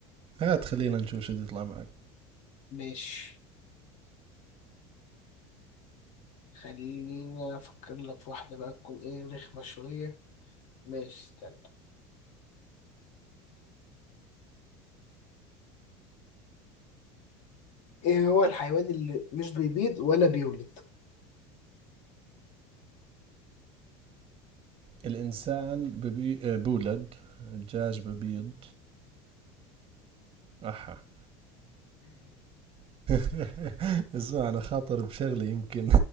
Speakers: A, on the right (about 40°); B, on the left (about 60°).
A: هات خلينا نشوف شو بده يطلع معك
B: ماشي خلينا أفكر لك في واحدة بقى تكون إيه رخمة شوية ماشي استنى إيه هو الحيوان اللي مش بيبيض ولا بيولد؟
A: الإنسان ببي... آه، بولد الدجاج ببيض أحا <laughs> <applause> اسمع أنا خاطر بشغلة يمكن